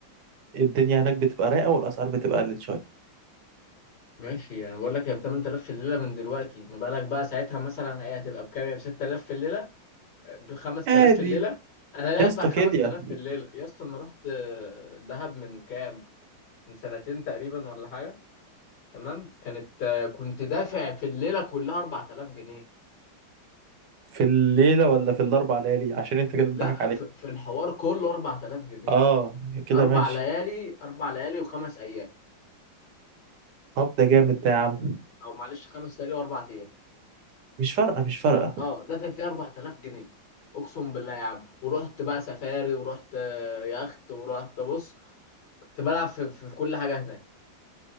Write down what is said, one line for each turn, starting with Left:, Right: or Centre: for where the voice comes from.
Right: الدنيا هناك بتبقى رايقه والاسعار بتبقى قلت شويه
Left: ماشي يعني بقول لك هي ب 8000 في الليله من دلوقتي ما بالك بقى ساعتها مثلا هي هتبقى بكام يعني ب 6000 في الليله ب 5000
Right: عادي
Left: في الليله انا لا
Right: يا
Left: ادفع
Right: اسطى
Left: 5000
Right: كيليا
Left: في الليله يا اسطى انا رحت آه، دهب من كام من سنتين تقريبا ولا حاجه تمام كانت آه، كنت دافع في الليله كلها 4000 جنيه
Right: في الليلة ولا في الأربع ليالي عشان أنت
Left: ف-
Right: كده
Left: لا
Right: تضحك عليك
Left: ف- في الحوار كله 4000 جنيه
Right: آه يعني كده
Left: اربع
Right: ماشي
Left: ليالي اربع ليالي وخمس ايام
Right: طب ده جامد ده يا عم
Left: او معلش خمس ليالي واربع ايام
Right: مش فارقة مش فارقة
Left: اه دافع فيه 4000 جنيه اقسم بالله يا عم ورحت بقى سفاري ورحت آه، يخت ورحت بص كنت بلعب في, في في كل حاجه هناك